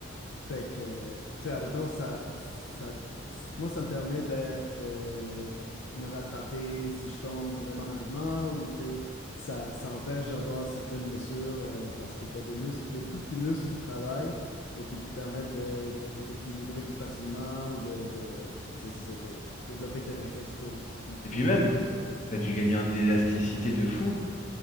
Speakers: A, on the left; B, on the left.
A: Fait que, euh, tu sais, admettons, ça, ça, moi, ça me permet de, de me rattraper si je tombe vraiment rapidement ou, tu sais, ça, ça empêche d'avoir certaines blessures euh, parce que tu as des muscles, des tout petits muscles qui travaillent et qui te permettent de, de t'équilibrer plus facilement ou de, de, tu sais, c'est ça, de, de développer tes réflexes plus, plus-
B: Et
A: mieux,
B: puis même,
A: disons.
B: T'as dû gagner en élasticité de fou. Parce